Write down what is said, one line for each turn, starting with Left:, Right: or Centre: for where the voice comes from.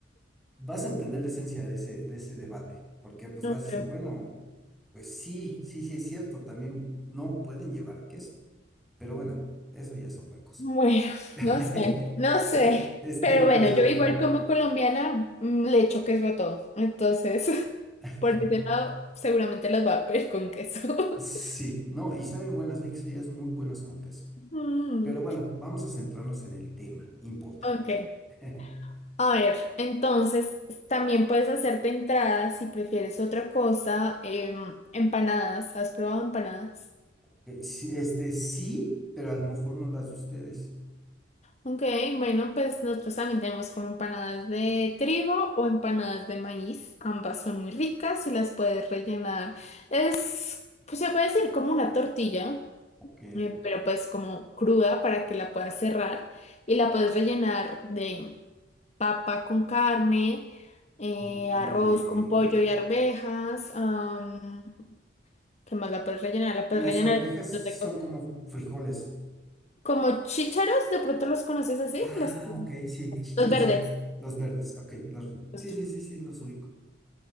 Centre: vas a entender la esencia de ese, de ese debate, porque pues
Left: No,
Centre: vas
Left: creo.
Centre: a decir, bueno, pues sí, sí, sí es cierto, también no pueden llevar queso, pero bueno, eso ya es otra cosa.
Left: bueno,
Centre: <laughs>
Left: no sé, no sé.
Centre: Es, es
Left: Pero
Centre: tema
Left: bueno,
Centre: de
Left: yo
Centre: otra.
Left: igual como colombiana mm, le echo queso a todo. Entonces. <laughs>
Centre: <laughs>
Left: Por ese lado, seguramente las va a pedir con queso.
Centre: Sí,
Left: <laughs>
Centre: no, y saben buenas, hay quesadillas muy buenas con queso.
Left: Mm,
Centre: Pero bueno, vamos a centrarnos en el tema importante.
Left: ok.
Centre: <laughs>
Left: A ver, entonces también puedes hacerte entradas si prefieres otra cosa. em, empanadas. ¿Has probado empanadas?
Centre: Que sí, Este sí, pero a lo mejor no las de ustedes.
Left: Ok, bueno, pues nosotros también tenemos como empanadas de trigo o empanadas de maíz. Ambas son muy ricas y las puedes rellenar. Es, pues se puede decir como una tortilla,
Centre: Ok,
Left: eh, pero pues como cruda para que la puedas cerrar y la puedes rellenar de papa con carne, eh,
Centre: mu-
Left: arroz
Centre: muy bien.
Left: con pollo y arvejas. am, ¿qué más la puedes rellenar? La puedes
Centre: Las
Left: rellenar
Centre: arvejas
Left: de un montón
Centre: son
Left: de cosas.
Centre: como frijoles.
Left: Como chícharos, de pronto los conoces así,
Centre: Ah,
Left: las-
Centre: ok, sí, chícharos,
Left: los verdes.
Centre: sí. Los verdes, ok. Los... Sí,
Left: Justo.
Centre: sí, sí, sí, los ubico.